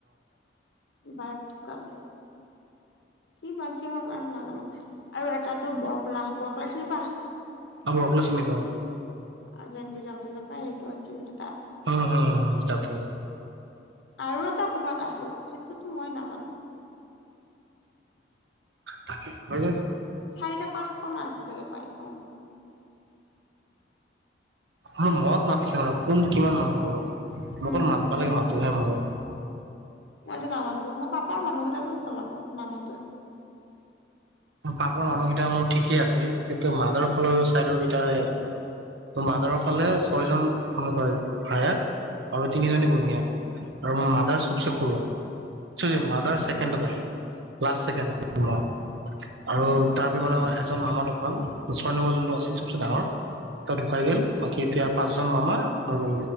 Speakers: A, on the left; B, on the right.
A: বা টো কৰা কি ব কিহ কাৰণে নাজানো আৰু এটাতো বৰকলা বৰকলোলা চৰিপা
B: আব অকলে চিনি পাও।
A: আজানবি যাওঁ তে যাও হয়ায় তোম কিন্তু।
B: হ হ হম তাপে
A: আৰু এটা ক'বাত আছিল সেইটোতো মই নাজানো।
B: থাকে মই
A: চাৰিটা পাঁচটা মাৰ আছে চাগে পায়।
B: মানে মদ
A: পাপা
B: নাছিলে মানে কোন কিমান? অ মোক
A: উম,
B: অকল মাতবা লাগে মাতোহে মই।
A: মই যে নামাতো মই পাপাৰ মানুহকেইটা ভাল নাপাওঁ নামাতোৱে।
B: পাপাৰ মানুহকেইটা মোৰ ঠিকেই আছে। কিন্তু মাদাৰৰ ফালৰ চাইডৰ কেইটাই, মাদাৰৰ ফালে ছয়জন মোমাই ভায়েক আৰু তিনিজনী
A: উম,
B: বনিয়েক। আৰু মাদাৰ
A: উম,
B: সবচে সৰু। চৰি মাদাৰ
A: উম,
B: ছেকেণ্ডত আহে। লাষ্ট ছেকেণ্ড
A: উম,
B: মা।
A: উম,
B: আৰু
A: হম,
B: তাৰপ মানত এজন মামাৰ দোকাল ছয় নম্বৰ যোনটো আছিল চবচে ডাঙৰ ঢুকাই
A: উম,
B: গল বাকী এতিয়া পাঁচজন মামা আৰু